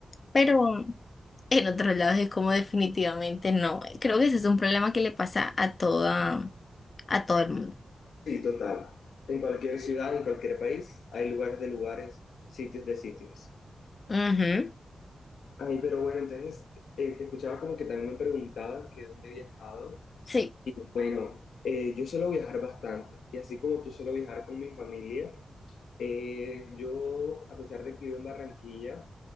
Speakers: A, on the left; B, on the left.
A: pero en otros lados es como definitivamente no. Creo que ese es un problema que le pasa a toda, a todo el mundo.
B: Sí, total. En cualquier ciudad, en cualquier país, hay lugares de lugares, sitios de sitios.
A: Ujú,
B: Ay, pero bueno, entonces eh, te escuchaba como que también me preguntabas que dónde he viajado.
A: Sí.
B: Bueno, eh, yo suelo viajar bastante y así como tú suelo viajar con mi familia, Eh, yo, a pesar de que vivo en Barranquilla,